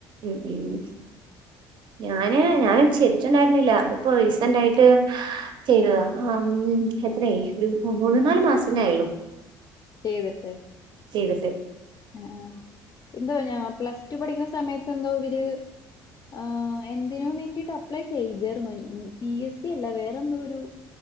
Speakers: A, on the right; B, on the left.
A: ഉ ഉം ഞാന് ഞാന് ചെയ്തിട്ടുണ്ടായിരുന്നില്ല അതിപ്പോ റീസന്റ് ആായിട്ട് ചെയ്തതാ ഉം എത്രയ ഒരു മൂന്നു നാാലു മാസന ആയല്ലോ
B: ചെയ്തിട്ട്
A: ചെയ്തട്ടെ
B: ആഹ എന്തോ ഞാ പ്ലസ് ടു പഠിക്കുന്ന സമയത്ത് എന്തോ ഇവര് ആ എന്തിനോ വേണ്ടിട്ട് അപ്ലൈ ചെയ്തരുന്നു പി എസ് സി അല്ല വേറെന്തോ ഒരു